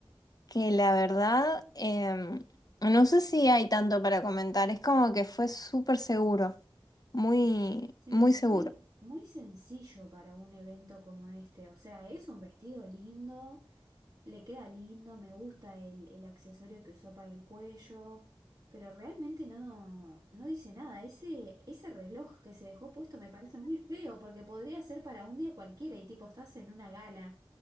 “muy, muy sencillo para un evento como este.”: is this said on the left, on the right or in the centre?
Right